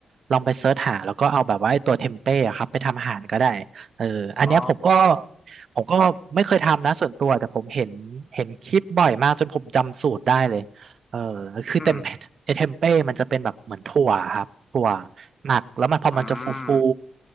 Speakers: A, on the right (about 60°); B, on the left (about 30°).
A: ลองไปเซิร์ชหาแล้วก็เอาแบบว่าไอ้ตัวเทมเป้อะครับไปทำอาหารก็ได้เอออันเนี้ยผมก็
B: อ๋อ
A: ผมก็ไม่เคยทำนะส่วนตัวแต่ผมเห็นเห็นคลิปบ่อยมากจนผมจำสูตรได้เลยเออคือเต็มไอ้เทมเป้มันจะเป็นแบบเหมือนถั่วครับถั่ว
B: อืม
A: หมักแล้วมันพอมันจะฟูฟู
B: อืม